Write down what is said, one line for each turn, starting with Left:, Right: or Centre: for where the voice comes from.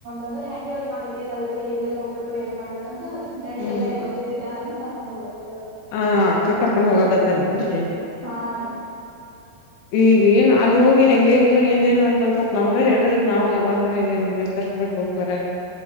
Right: ಅಂದ್ರೆ ಹೆಂಗಗೆ ಬಿ ಅವ್ರಿಗೆ ಮಾಹಿತಿ ಅಲ್ಲಲ್ರಿ ಎಲ್ಲೆಲ್ಲಿ ಹೋಗ್ಬೇಕು ಏನ್ ಮಾಡ್ಬೇಕ ಅಂತ ಅದ ನಡಡಿ
Left: ಹ್ಮ್
Right: ಎಲ್ಲಾಗ ಗೊತ್ತಿದ್ದಿದೆ ಆದಂತ ಅವ್ರು
Left: ಹ ಅಕ್ಕ ಕರ್ಕೊಂಡ್ ಹೋಗಾಕತ್ತಾರನ್ರರಿ
Right: ಹಾ ರೀ
Left: ಈಗ ಏನ್ ಅಲ್ಲಿ ಹೋಗಿ ಹೆಂಗಗೆ ಹೆಂಗ ಏನೇನು ಅಂತನ್ ಸ್ವಲ್ಪ ನಮ್ಗ ಹೇಳಿದ್ರೆ ನಾವು ಯಾವಾಗ್ರೆ ನಮ್ಗೆ ಹೋಗ್ ಬರ